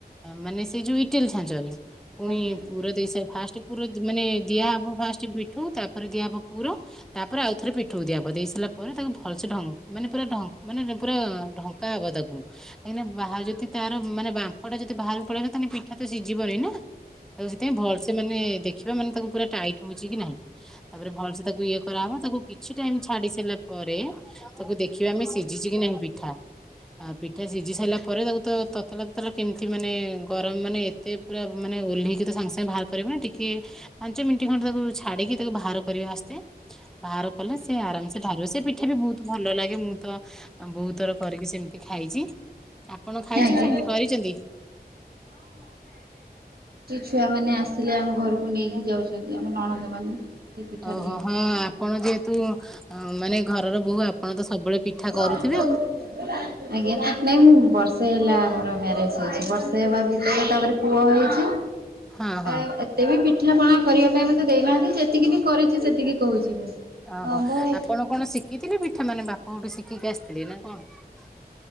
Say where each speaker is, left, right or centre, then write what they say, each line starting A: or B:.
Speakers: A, in the centre; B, on the right (about 70°).
A: ମାନେ ସେଇ ଯୋଉ ଇଟେଲ ଛାଞ୍ଚରେ ପୁଣି
B: ଆଜ୍ଞା।
A: ପୁର ଦେଇଶ ଫାଷ୍ଟ ପୁର ମାନେ ଦିଆହବ ଫାଷ୍ଟ ପିଠୁଉ ତା ଦିଆ ହବ ପୁରା ତାପରେ ଆଉଥରେ ପିଠାକୁ ଦିଆହବ ଦେଇ ସାରିଲା ପରେ ତାକୁ ଭଲସେ ମାନେ ପୁରା ମାନେ ପୁରା ଢଙ୍କା ହବ ତାକୁ କାହିଁକିନା ବାହ ଯଦି? ତାର ମାନେ ବାମ୍ପ ଟା ଯଦି ବାହାରକୁ ପଳେଇ ତାେଲେ ପିଠା ତ ସିଝିବନି ନା ତାକୁ ସେଥିାଇଁ ଭଲସେ ମାନେ ଦେଖିବା ମାନେ ତାକୁ ପୁରା ଟାଇଟ ହଉଛି କି ନାହିଁ ତାପରେ ଭଲସେ ତାକୁ ଇଏ କରାହବ ତାକୁ କିଛି ଟାଇମ ଛାଡି ସାରିଲା ପରେ ତାକୁ ଦେଖିବା ଆମେ ସିଝିଛି କି ନାହିଁ ପିଠା ପିଠା ସିଝି ସାରିଲା ପରେ ତାକୁ ତ ତତଲା ତତଲ କେମିତି ମାନେ ଗରମ ମାନେ ଏତେ ପୁରା ମାନେ ଓହ୍ଲେଇକି ତ ସାଙ୍ଗେ ସାଙ୍ଗେ ବାହାର କରିବ ନା ଟିକେ ପାଞ୍ଚ ମିନିଟ ଖଣ୍ଡଟେ ତାକୁ ଛାଡିକି ତାକୁ ବାହାର କରିବା ଆସ୍ତେ ବାହାର କଲେ ସେ ଆରାମସେ ହାରିବ ସେ ପିଠା ବି ବହୁତ ଭଲ ଲାଗେ ମୁଁ ତ ଆମ ବୋଉ ଆଉ ବହୁତ ଥର କରିକି ସେମିତି ଖାଇଛି ଆ କଣ ଖାଇଛନ୍ତି
B: ଆଜ୍ଞା।
A: ସେମିତି କରିଛନ୍ତି
B: ଛୁଆମାନେେ ଆସିଲେ ଆମ ଘରକୁ ନେଇକି ଯାଉଛନ୍ତି। ଆମ ନଣନ୍ଦ ମାନେ। ସେ ପିଠା
A: ଓହୋ
B: ନେଇକି
A: ହ
B: ଯାଆନ୍ତି।
A: ଆପଣ ଯେହେତୁ ହଁ ମାନେ ଘରର ବୋହୂ ଆପଣ ତ ସବୁବେଳେ ପିଠା କରୁଥିବେ
B: ଆଜ୍ଞା
A: ଆଉ।
B: ନାଇଁ ମୁଁ ବର୍ଷେ ହେଇଲା ମମୋର ମ୍ୟାରେଜ ହେଇଛି ବର୍ଷ ହେବା ଭି ଏ ତାପରେ ପୁଅ ହେଇଛି। ଏ
A: ହଁ ହଁ
B: ଏତେ ବି ପି ପିଠାପଣା କରିବା ପାଇଁ ମୋତେ ଦେଇନାହାନ୍ତି। ଯେତିକି ବି କରିଛି ସେତିକି କହୁଛି ମୁଁ।
A: ଓହୋ
B: ହଁ ମୁଁ
A: ଆପଣ କଣ ଶିଖିଥିଲେ ବି ପିଠା ମାନେ ବାପା ଘରଠୁ ଶିଖିକି ଆସିଥିଲେ ନା କଣ?